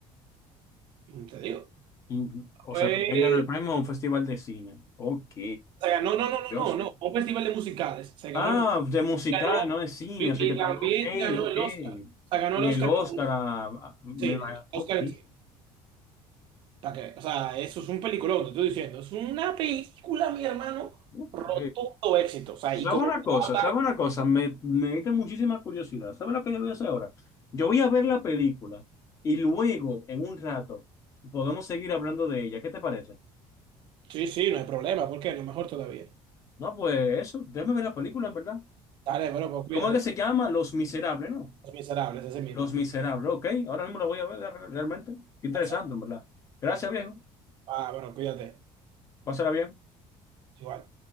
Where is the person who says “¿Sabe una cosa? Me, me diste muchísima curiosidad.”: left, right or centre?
Left